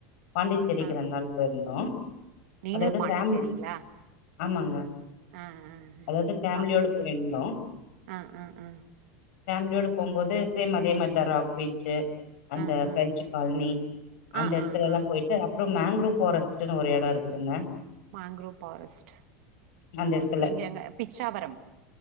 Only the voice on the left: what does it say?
பாண்டிச்சேரிக்கு
ரெண் நாள் போயிருந்தோ
அதாவது
ஃபேமிலி ஆமாங்க
அதாவது ஃபேமிலியோடு
போயிந்தோ
ஃபேமிலியோடு போம்போது சேம் அதே மார்தா ராக் பீச்சு அந்த
பிரெஞ்சு கால்னி அந்த
எட்த்துலல்லா
போயிட் டு அப்புறம் மேங்க்ரூவ் ஃபாரஸ்ட்ன்னு ஒரு எட இருக்குதுங்க
அந்த எடத்துல